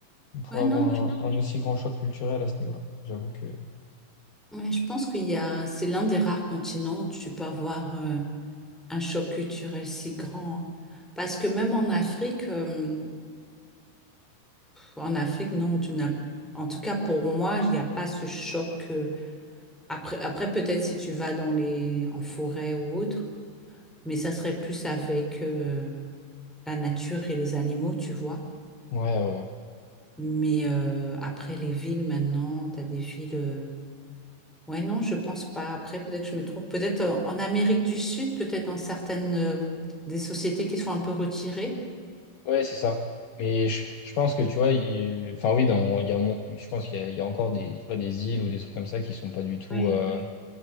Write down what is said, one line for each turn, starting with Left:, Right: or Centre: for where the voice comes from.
Left: on pourrait
Centre: Ouais, non,
Left: Ouais, avoir
Centre: je,
Left: un, un aussi grand choc culturel à ce niveau-là. J'avoue que.
Centre: ouais, je pense qu'il y a, c'est l'un des rares continents où tu peux avoir euh, un choc culturel si grand. hein. Parce que même en Afrique, euh, en Afrique, non, tu n'as, en tout cas pour moi, il n'y a pas ce choc. euh, après, après peut-être si tu vas dans les, en forêt ou autre, mais ça serait plus avec euh, la nature et les animaux, tu vois.
Left: Ouais, ouais. Ouais,
Centre: Mais euh, après les villes maintenant, tu as des villes. euh, Ouais, non, je pense pas. Après, peut-être que je me trompe. Peut-être euh, en Amérique du Sud, peut-être dans certaines euh, des sociétés qui sont un peu retirées.
Left: Ouais, c'est ça. Mais je, je pense que, tu vois, il, enfin, oui, dans, il y a mon, je pense qu'il y a, il y a encore des, tu vois, des îles ou des trucs comme ça qui sont pas du tout.
Centre: Ouais.
Left: euh,